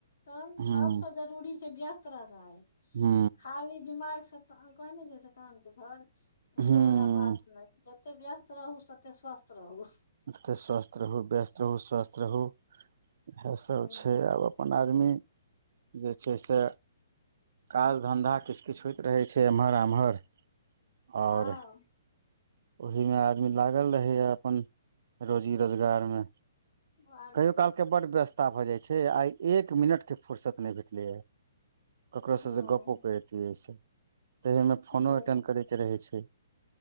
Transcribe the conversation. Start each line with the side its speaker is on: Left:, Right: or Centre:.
Left: तऽ
Right: हूँ
Left: सब स जरूरी छैय व्यस्त रहनाइ।
Right: हू।
Left: खाली दिमाग सैता कहने छैय सैतान के घर त से
Right: हूँ
Left: बला बात नै तते व्यस्त रहू, सते स्वस्थ रहु,
Right: तते स्वस्थ रहु, व्यस्त रहु, स्वस्थ रहु, इहेसब
Left: हँ
Right: छै आब अपन आदमी जे छै से काज-धंधा किछ-किछ होइत रहै छै‌ एम्हर आम्हर
Left: हँ
Right: और ओहिमे आदमी लागल रहैए अपन रोजी रोजगार में
Left: आर
Right: कहियो
Left: की
Right: कालके बड्ड व्यस्ता भऽ जाई छै, आई एक मिनटके फुरसत नहि भेटलैए, ककरोसँ
Left: हँ
Right: जे गप्पो करैतियै से तऽ एहिमे फोनो
Left: भऽ
Right: अटेंड करयके रहै छै